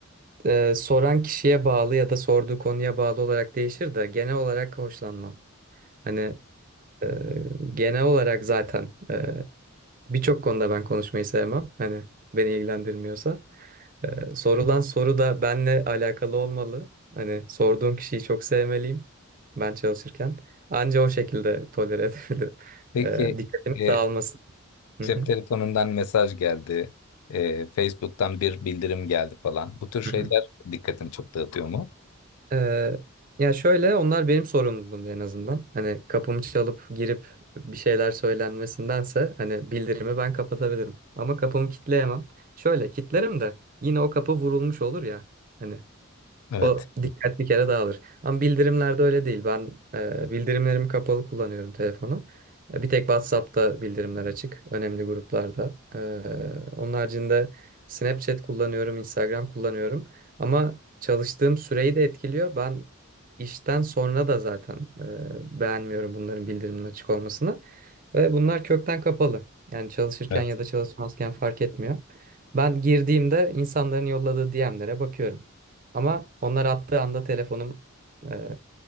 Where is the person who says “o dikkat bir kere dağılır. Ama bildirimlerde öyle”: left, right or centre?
Right